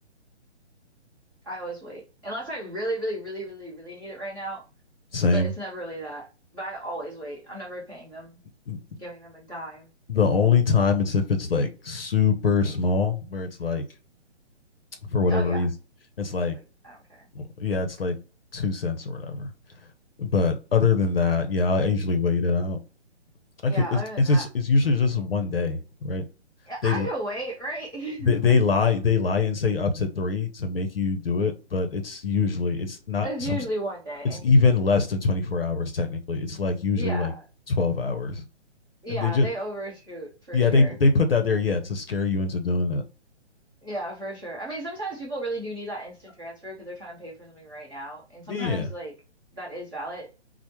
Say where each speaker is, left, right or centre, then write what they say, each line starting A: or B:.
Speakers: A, on the right; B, on the left.
A: I always wait. Unless I really, really, really, really, really need it right now,
B: Same.
A: but it's never really that. But I always wait. I'm never paying them,
B: The
A: giving them a dime.
B: only time it's if it's like super small, where it's like for whatever
A: Oh yeah,
B: reason. It's like,
A: like I don't care.
B: yeah, it's like two cents or whatever. But other than that, yeah, I usually wait it out.
A: Yeah,
B: I could. It's
A: other than
B: it's
A: that,
B: just, it's usually just one day, right?
A: yeah,
B: They,
A: I can wait, right?
B: they they
A: <laughs> Like
B: lie they lie and say up to three to make you do it, but it's usually it's not
A: it's
B: some.
A: usually one day.
B: It's even less than twenty four hours technically. It's like usually
A: Yeah.
B: like twelve hours,
A: Yeah,
B: and they just
A: they overshoot for
B: yeah
A: sure.
B: they they put that there yeah to scare you into doing it.
A: Yeah, for sure. I mean, sometimes people really do need that instant transfer because they're trying to pay for something right now, and sometimes
B: Yeah,
A: like that is valid.